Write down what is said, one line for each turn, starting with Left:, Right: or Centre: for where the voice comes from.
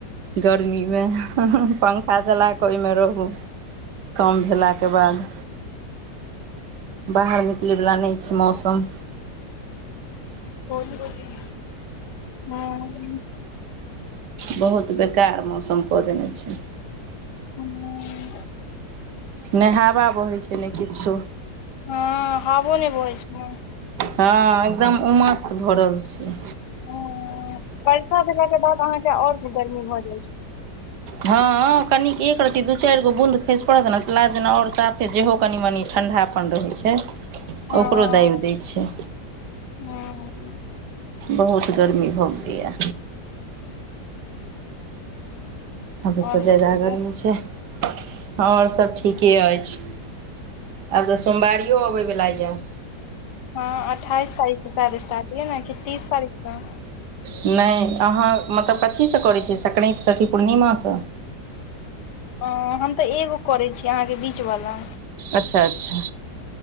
Right: गर्मी मे पंखा हहह पंखा चला कऽ ओहिमे रहू कम भेलाके बाद बाहर निकलै बला नहि छै मौसम।
Left: <unintelligible> ह
Right: बहुत बेकार मौसम कऽ देने छै।
Left: हूॅं
Right: नै हावा बहै छै, ने किछो।
Left: ह हाबौ ने बहै छय ने।
Right: हऽ एकदम उमस भरल छै।
Left: ह बर्षा भेलाक के बाद अहाँके और गर्मी भऽ जाइ छै।
Right: हाॅं कनिक एक रत्ती दू चारि गो बूँद खसि पड़त ने तऽ लागत जेना और साफे जेहो कनि-मनि ठण्डापन रहै छै।
Left: हँ
Right: ओकरो दाबि दैय छै।
Left: हूँ
Right: बहुत गर्मी भऽ गेलै यै। हदसे
Left: आओर
Right: ज्यादा
Left: बतैयौ
Right: गरमी छै, हऽ और सब ठीके अइछ। आब तऽ सोमवारियो आबैवला यै।
Left: हऽ अठाइस तारीख से शायद स्टार्ट ये ने की तीस तारीख सऽ
Right: नहि अहाँ मतलब कथीसँ करैत छियै संक्रान्ति से की पूर्णिमासँ।
Left: ह हम तऽ एगो करै छिये अहाँके बीच वला
Right: अच्छा-अच्छा